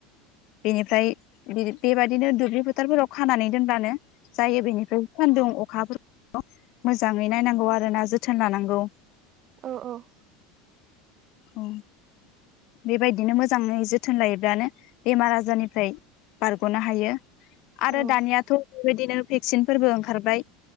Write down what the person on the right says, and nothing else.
औ औ
औ